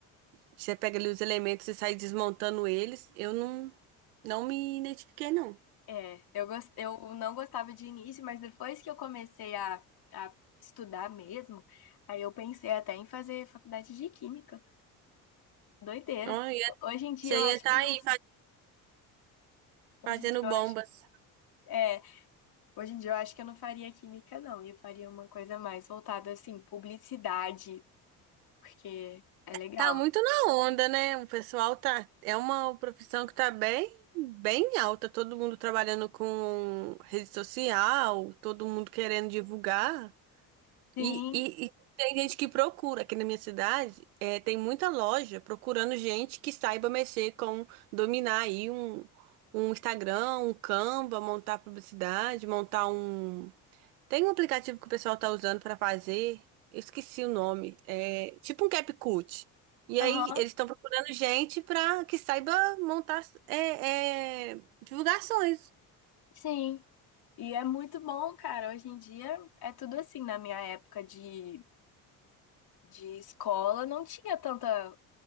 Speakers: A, on the right; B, on the left.
A: você pega ali os elementos e sai desmontando eles, eu não não me identifiquei não.
B: É, eu gos- eu não gostava de início, mas depois que eu comecei a, a estudar mesmo, aí eu pensei até em fazer faculdade de química. Doideira.
A: Ah, e
B: Hoje em dia
A: Você
B: eu acho
A: ia estar
B: que não,
A: aí Fazendo
B: hoje em dia eu
A: bombas.
B: acho é Hoje em dia eu acho que eu não faria química, não. Eu faria uma coisa mais voltada, assim, publicidade, porque é legal.
A: Tá muito na onda, né? O pessoal tá. É uma profissão que tá bem, bem alta. Todo mundo trabalhando com rede social, todo mundo querendo divulgar.
B: Sim,
A: E, e, e tem gente que procura. Aqui na minha cidade, é, tem muita loja procurando gente que saiba mexer com, dominar aí um, um Instagram, um Canva, montar publicidade, montar um. Tem um aplicativo que o pessoal tá usando pra fazer, eu esqueci o nome, é tipo um CapCut. E
B: aham,
A: aí eles estão procurando gente pra que saiba montar é, é, divulgações.
B: sim. E é muito bom, cara. Hoje em dia é tudo assim. Na minha época de, de escola, não tinha tanta,